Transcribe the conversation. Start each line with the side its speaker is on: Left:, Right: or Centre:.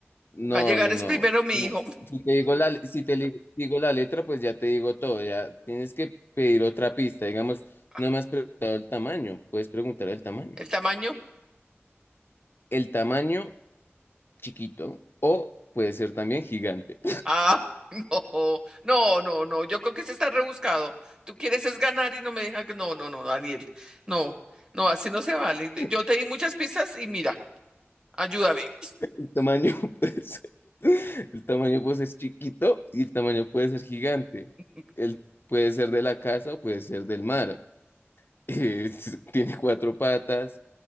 Left: no,
Right: va a llegar
Left: no,
Right: es
Left: no,
Right: primero mi
Left: no.
Right: hijo.
Left: Si te digo la, si te li- digo la letra, pues ya te digo todo, ya tienes que pedir otra pista, digamos,
Right: <laughs>
Left: no me has preguntado el tamaño, puedes preguntar el tamaño.
Right: ¿El tamaño?
Left: El tamaño chiquito o puede ser también gigante.
Right: Ah, <laughs> no, no, no, no. Yo creo que se está rebuscado. Tú quieres es ganar y no me deja. No, no, no, Daniel. No, no, así no se vale.
Left: <laughs>
Right: Yo te di muchas pistas y mira, ayúdame.
Left: El tamaño <laughs> puede ser, el tamaño puede ser chiquito y el tamaño puede ser gigante.
Right: <laughs>
Left: El, puede ser de la casa o puede ser del mar. <laughs> Es- tiene cuatro patas,